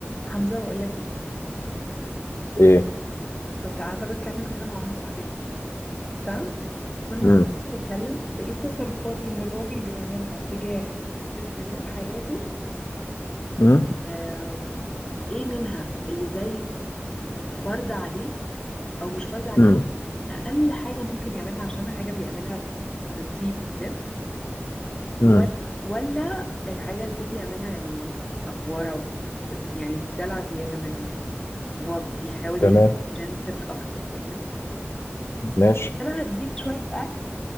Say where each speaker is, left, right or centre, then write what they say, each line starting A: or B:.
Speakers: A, on the left; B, on the left.
A: حمزة بقول لك ايه
B: ايه
A: كنت قاعدة بتكلم كده مع واحدة صاحبتي فكنا
B: امم
A: قاعدين بنتكلم في ايه التصرفات اللي الراجل بيعملها تجاه الست اللي في حياته
B: امم
A: آم، ايه منها اللي زي فرض عليه او مش فرض عليه
B: امم
A: يعني اقل حاجة ممكن يعملها عشان حاجة بيعملها بطيب نفس ولا
B: امم
A: ولا الحاجة دي بيعملها يعني افورة و... و- يعني دلع زيادة منه يعني يعني هو بيحاول
B: تمام
A: يكون جنتل اكتر فاهم
B: ماشي
A: انا هديك شويه اكل